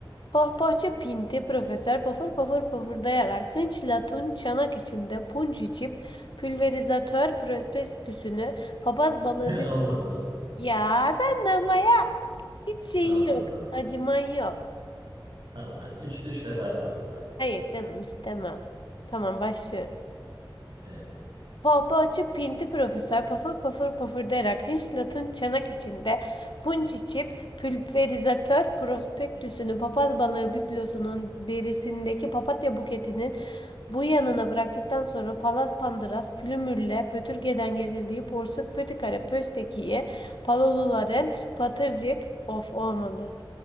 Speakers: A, on the left; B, on the right.
A: Pohpohçu Pinti Profesör pofur pofur pofurdayarak hınçla tun çanak içinde punç içip pülverizatör prospektüsünü papaz balığı
B: <laughs>
A: bir...
B: Olmadı, olmadı.
A: Ya sen de ama ya hiç şeyin
B: Allah Allah.
A: yok acıman yok.
B: Tamam hadi. Üç, üç defa yaparsın hadi.
A: Hayır canım istemem. Tamam başlıyorum.
B: Evet.
A: Pohpohçu pinti profesör pafır pafır pafırdayarak hırsla tun çanak içinde punç içip pülverizatör prospektüsünü papaz balığı biblosunun berisindeki papatya buketinin bu yanına bıraktıktan sonra palas pandıras plümürle pötürgeden getirdiği porsuk pötikare pöstekiyi paloluların patırcık of olmadı.